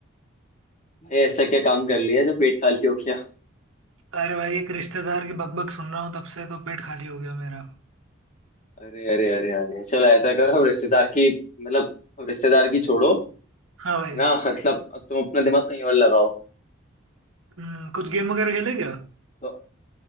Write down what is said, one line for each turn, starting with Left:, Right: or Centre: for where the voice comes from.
Left: भाई ऐसा क्या काम कर लिया जो पेट खाली हो गया
Right: अरे भाई एक रिश्तेदार की बकबक सुन रहा हूँ तब से तो पेट खाली हो गया मेरा
Left: अरे अरे अरे अरे चलो ऐसा करो अब रिश्तेदार की मतलब अब रिश्तेदार की छोड़ो
Right: हाँ भाई
Left: है ना मतलब अब तुम अपना दिमाग कहीं और लगाओ
Right: हम्म, कुछ गेम वगैरह खेले क्या
Left: तो